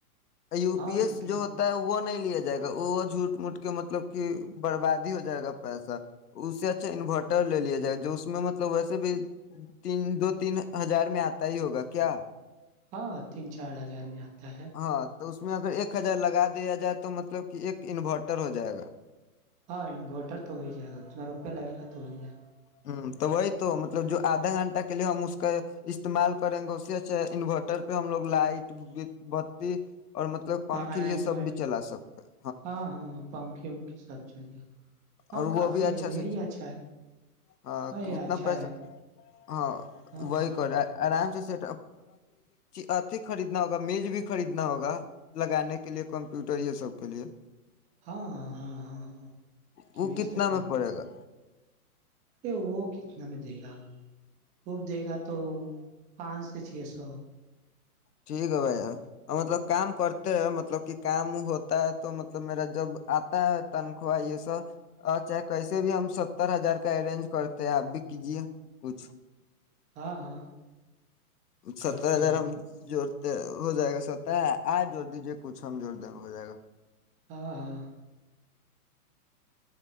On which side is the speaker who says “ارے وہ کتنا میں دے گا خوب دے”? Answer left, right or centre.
Right